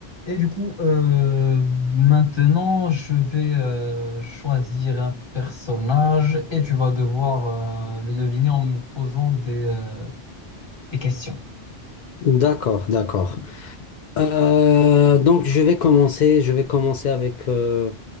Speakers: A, on the left; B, on the left.
A: Et du coup, euh, maintenant, je vais euh, choisir un personnage et tu vas devoir euh, le deviner en me posant des, euh, des questions.
B: D'accord, d'accord. Euh, donc je vais commencer, je vais commencer avec, euh,